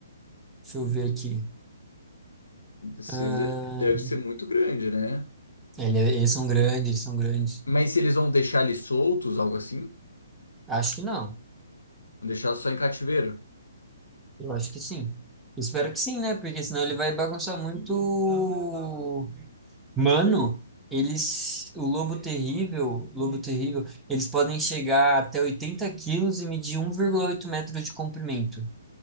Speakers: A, in the centre; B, on the left.
A: Deixa eu ver aqui.
B: Cês-
A: Ah,
B: Deve ser muito grande, né?
A: ele- é, eles são grandes, eles são grandes.
B: Mas se eles vão deixar eles soltos, algo assim?
A: Acho que não.
B: Vão deixar só em cativeiro?
A: Eu acho que sim. Espero que sim, né? Porque senão ele vai bagunçar muito. Mano, eles. O lobo terrível, lobo terrível, eles podem chegar até 80 quilos e medir um, vírgula oito metros de comprimento.